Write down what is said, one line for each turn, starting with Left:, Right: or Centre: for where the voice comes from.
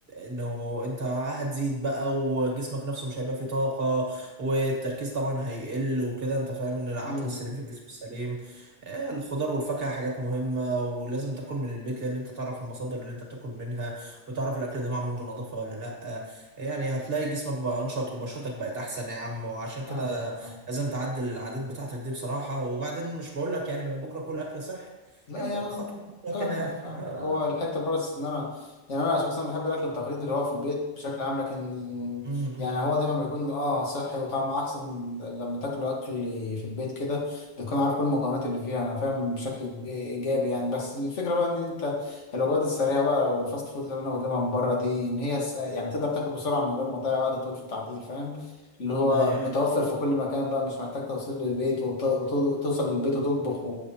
Right: انه انت هتزيد بقى وجسمك نفسه مش هيبقى فيه طاقة والتركيز طبعا هيقل وكده انت فاهم ان العقل
Left: م.
Right: السليم في الجسم السليم آه، الخضار والفاكهة حاجات مهمة ولازم تاكل من البيت لان انت تعرف المصادر اللي انت بتاكل منها وتعرف الاكل ده معمول بنظافه ولا لا يعني هتلاقي جسمك بقى انشط وبشرتك بقت احسن يا عم وعشان كده
Left: فاهم فاهم.
Right: لازم تعدل العادات بتاعتك دي بصراحه وبعدين مش بقول لك يعني من بكره كل اكل صحي
Left: لا
Right: ابدا
Left: يعني
Right: بخطوه
Left: أنا
Right: خطوه
Left: فاهمك
Right: كده يعني
Left: فاهمك
Right: اه
Left: هو الحته بس ان انا يعني انا شخصيا بحب الاكل التقليدي اللي هو في البيت بشكل عام لكن
Right: امم
Left: يعني هو دايما بيكون اه صحي وطعمه احسن لما تاكله اكل في البيت كده بتكون عارف كل المكونات اللي فيها انا فاهم بشكل ايجابي يعني بس الفكره بقى ان انت الوجبات السريعه بقى والفاست فود اللي انا بجيبها من بره دي ان هي س- يعني تقدر تاكل بسرعه من غير ما تضيع وقت طويل في التحضير فاهم اللي هو
Right: ايوه
Left: متوفر
Right: ايوه
Left: في كل مكان بقى مش محتاج توصيل للبيت وت- وت- وتوصل للبيت وتطبخ